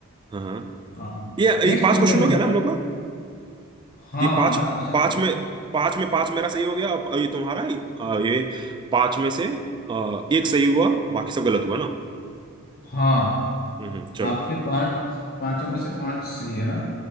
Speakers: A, on the right; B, on the left.
A: हाँ हाँ
B: आ,
A: ये,
B: टेस्ट
A: ये पांच
B: क्रिकेट
A: क्वेश्चन हो
B: में
A: गया ना हम लोग का
B: हाँ
A: ये पांच
B: पांच क्वेश्चन
A: पांच में पांच में पांच मेरा सही हो गया अब ये तुम्हारा ही आ, ये पांच में से आ, एक सही हुआ और बाकी सब गलत हुआ ना
B: हाँ
A: हम्म हम्म, चलो
B: आपके पांच पांचों में से पांच सही है ना